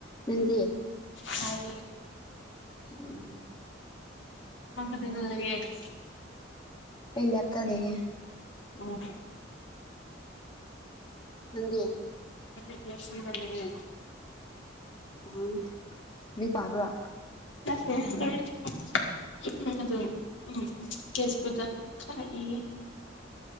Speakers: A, on the left (about 25°); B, on the left (about 75°).
A: ꯅꯪꯗꯤ
B: ꯑꯩꯈꯣꯏꯅ
A: ꯎꯝ
B: ꯃꯪ ꯀꯗꯅ ꯂꯩꯒꯦ
A: ꯂꯩ ꯂꯥꯛꯇ ꯂꯩꯦ
B: ꯑꯣ
A: ꯅꯪꯒ
B: ꯁ ꯂꯩ
A: ꯎꯝ ꯂꯥꯏꯔꯤꯛ ꯄꯥꯕ꯭ꯔꯣ
B: ꯀꯦ ꯎꯝ ꯀꯦꯁꯄꯗ ꯈꯏ